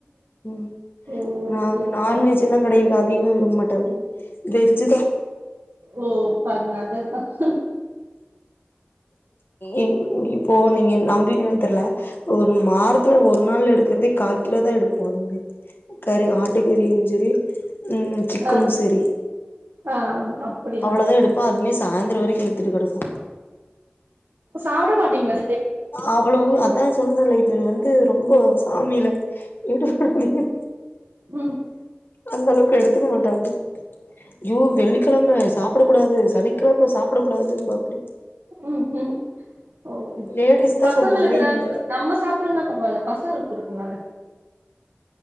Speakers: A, on the left (about 60°); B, on the right (about 85°).
A: ம்
B: ஓ ஓகே
A: நாங்க நான்வெஜ் அதுல்லாங்கெடை அதிகமா விரும்ப மாட்டாப்டி வெஜ்ஜு தா
B: ஓ பதினாலு தா இப்ப
A: இப் இப்போ நீங்க நம்புவீங்களான் தெர்ல ஒரு மாரத்துல ஒரு ஒரு நாள் எடுக்கிறதே காகிலோ தா எடுப்போ அதுமே கறி ஆட்டு கறியிலு சரி ம் சிக்கனு
B: ஆ
A: சரி
B: ஆ அப்டியா
A: அவ்ளதா எடுப்போ அதுமே சாயந்தரோ வரைக்கு இழுத்துட்டு கெடக்கு
B: சாப்ட மாட்டீங்ளா
A: அவ்ளவு அதா சொன்னேல்ல இப் இவரு வந்து ரொம்ப சாமில ஈடுபாடு அதிகோ
B: ம்
A: அந்த அளவுக்கு எடுத்துக்க மாட்டாப்டி யோ வெள்ளிகெழம சாப்ட கூடாது சனிக்கெழம சாப்ட கூடாதும்பாப்டி
B: ம் ம் ஓ
A: லேடிஸ் தா
B: பசங்களுக்குலா
A: சொல்லுவாங்க இவங்க
B: நம்ம சாப் சாப்பில்ன்னா பரவால்ல பசங்களுக் குடுக்கலாம்ல